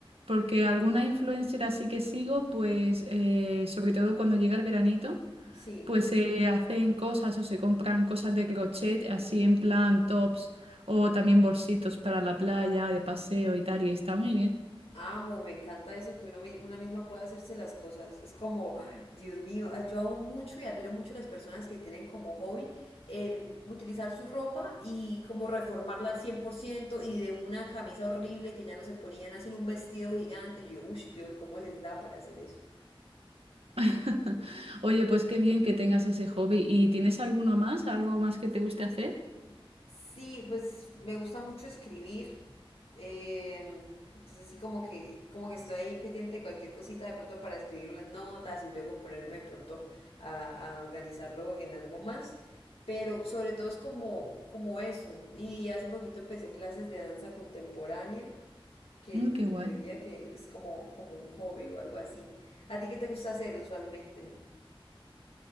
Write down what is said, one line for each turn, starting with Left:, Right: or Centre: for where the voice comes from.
Right: porque alguna influencer así que sigo, pues eh, sobre todo cuando llega el veranito,
Left: Sí.
Right: pues se hacen cosas o se compran cosas de crochet, así en plan tops o también bolsitos para la playa, de paseo y tal, y está muy bien.
Left: Amo, me encanta eso, que uno, mi- una misma puede hacerse las cosas. Es como, Dios mío, ah, yo amo mucho y admiro mucho a las personas que tienen como hobby el utilizar su ropa y como reformarla al cien por ciento y de una camisa horrible que ya no se ponían, hacen un vestido gigante. Y yo, uff, Dios, ¿cómo les da para hacer eso?
Right: <laughs> Oye, pues qué bien que tengas ese hobby. ¿Y tienes alguno más, algo más que te guste hacer?
Left: Sí, pues me gusta mucho escribir. eh, entonces sí como que, como que estoy ahí pendiente de cualquier cosita de pronto para escribirlo en notas y luego ponerme de pronto a, a organizarlo en algo más. Pero sobre todo es como, como eso. Y hace poquito empecé clases de danza contemporánea, que
Right: Mm, qué
Left: pues,
Right: guay.
Left: yo diría que es como, como un hobby o algo así. ¿A ti qué te gusta hacer usualmente? <gasps>